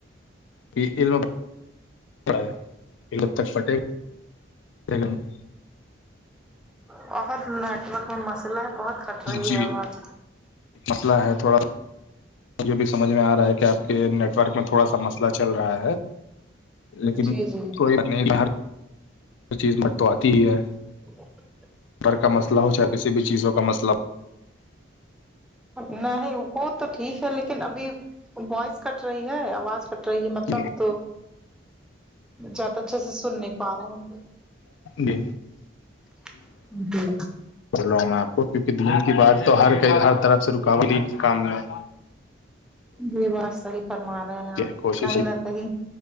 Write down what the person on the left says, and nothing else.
علم <inaudible>
جی
مسئلہ ہے تھوڑا مجھے بھی سمجھ میں آ رہا ہے کہ آپ کے نیٹ ورک میں تھوڑا سا مسئلہ چل رہا ہے لیکن
کوئی نہیں ہر چیز میں تو آتی ہی ہے
گھر کا مسلہ ہو چاہے کسی بھی چیزوں کا مسلہ ہو
ہو،
جی
چلو میں آپ کو کیوںکہ دین کی بات تو ہر ہر طرف سے رکاوٹ دین کے کام میں ہے
کوشش